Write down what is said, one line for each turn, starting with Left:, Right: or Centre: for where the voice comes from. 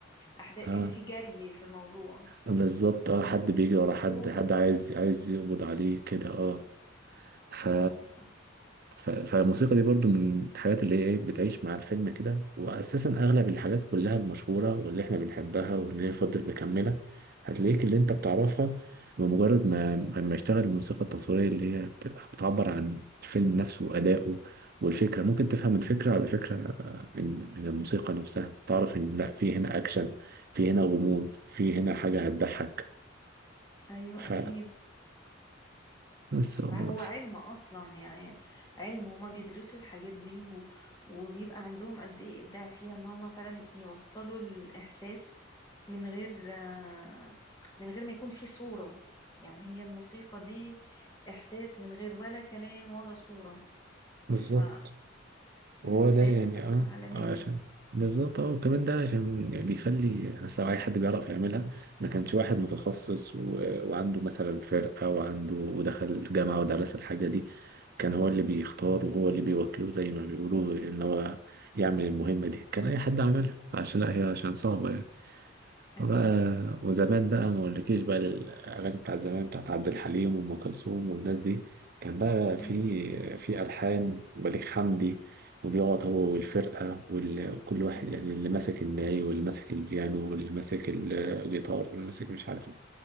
Left: احداث
Right: اه
Left: كأن في جري في الموضوع
Right: بالظبط اه حد بيجري ورا حد
Left: هروب
Right: حد عايز عايز يقبض عليه كده اه ف...
Left: ايوه صح
Right: ف... فالموسيقى دي برضو من الحاجات اللي هي إيه بتعيش مع الفيلم كده وأساسا أغلب الحاجات كلها المشهورة واللي إحنا بنحبها واللي هي فضلت مكملة هتلاقيك اللي أنت بتعرفها بمجرد ما لما يشتغل الموسيقى التصويرية اللي هي بتبقى بتعبر عن الفيلم نفسه وأدائه والفكرة ممكن تفهم الفكرة على فكرة آه، من من الموسيقى نفسها تعرف إن لأ في هنا أكشن في هنا غموض في هنا حاجة هتضحك
Left: ايوه
Right: ف
Left: اكيد
Right: بس هو-
Left: ع- هو علم اصلا يعني علم هما بيدرسوا الحاجات دي و... وبيبقى عندهم قد ايه ابداع فيها ان هما فعلا يوصلوا الاحساس من غير آه، من غير ما يكون في صورة يعني هي الموسيقى دي احساس من غير ولا كلام ولا صورة
Right: بالظبط
Left: ف
Right: وهو
Left: مم، فهي
Right: ده يعني
Left: بتبقى
Right: اه
Left: عالمية
Right: آه، عشان بالظبط اه وكمان ده عشان يعني بيخلي بس لو اي حد بيعرف يعملها ما كانش واحد متخصص و... وعنده مثلا فرقة وعنده ودخل جامعة ودرس الحاجة دي كان هو اللي بيختار وهو اللي بيوكله زي ما بيقولوا ان هو يعمل المهمة دي كان اي حد عملها فعشان لا هي عشان صعبة يعني
Left: اكيد
Right: بقى وزمان بقى ما اقولكيش بقى الاغاني بتاعت زمان بتاعت عبد الحليم وام كلثوم والناس دي كان بقى
Left: اه
Right: في في الحان بليغ حمدي وبيقعد هو والفرقه وال- وكل واحد
Left: مهم.
Right: يعني اللي ماسك الناي واللي ماسك البيانو واللي ماسك الجيتار واللي ماسك مش عارف إيه.